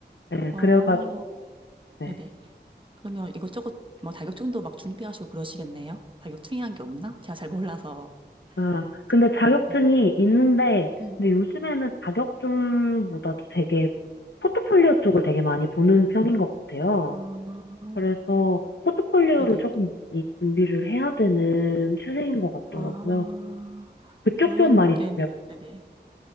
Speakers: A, on the left; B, on the right.
A: 네,
B: 어,
A: 그래가지고, 네.
B: 네네. 그러면 이것저것 뭐 자격증도 막 준비하시고 그러시겠네요? 자격증이란 게 없나? 제가 잘 몰라서.
A: 아,
B: 저-
A: 근데 자격증이
B: 네네.
A: 있는데,
B: 음.
A: 근데 요즘에는 자격증보다도 되게 포트폴리오 쪽을 되게 많이 보는 편인 것 같아요.
B: 아,
A: 그래서 포트폴리오를
B: 네네.
A: 조금 많이 준비를 해야 되는 추세인 것 같더라고요.
B: 아,
A: 그쪽
B: 그런
A: 편 많이
B: 데는,
A: 준비하고,
B: 네네.